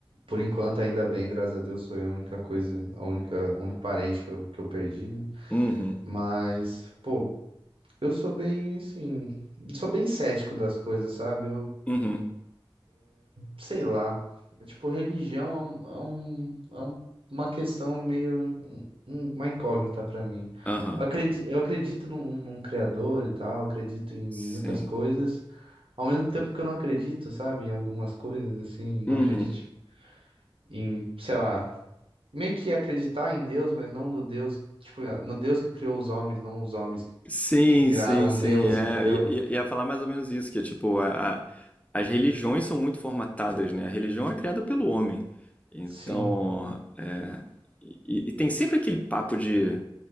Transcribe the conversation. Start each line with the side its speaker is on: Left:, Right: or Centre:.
Right: por enquanto, ainda bem, graças a Deus, sou eu a única coisa, a única, o único parente que eu, que eu perdi, né?
Left: uhum,
Right: Mas, pô, eu sou bem, assim, sou bem cético das coisas, sabe?
Left: uhum,
Right: sei lá. É tipo, religião é, um, é, um- é um- uma questão meio um- um- uma incógnita pra mim.
Left: aham,
Right: Eu acredito, eu acredito num, num criador e tal, eu acredito em
Left: sim,
Right: muitas coisas, ao mesmo tempo que eu não acredito, sabe, em algumas coisas, assim, não
Left: uhum.
Right: acredito em, sei lá, meio que acreditar em Deus, mas não no Deus, tipo, no Deus que criou os homens, não os homens que,
Left: Sim,
Right: que criaram
Left: sim, sim.
Right: Deus,
Left: É,
Right: entendeu?
Left: ia, ia ia falar mais ou menos isso, que é tipo, a, a- as religiões são muito formatadas, né? A religião é criada pelo homem. Então,
Right: Sim.
Left: e, e tem sempre aquele papo de